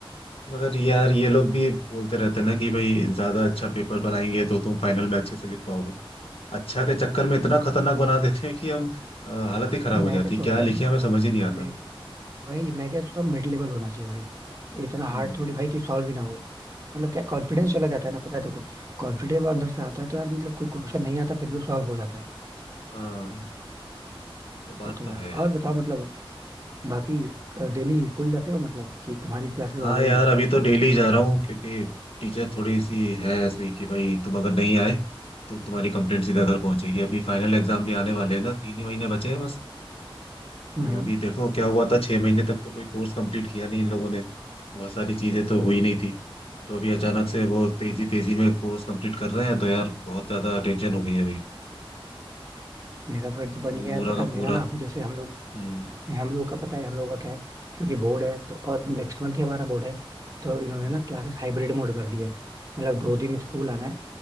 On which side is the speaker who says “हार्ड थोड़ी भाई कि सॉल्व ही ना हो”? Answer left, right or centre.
Right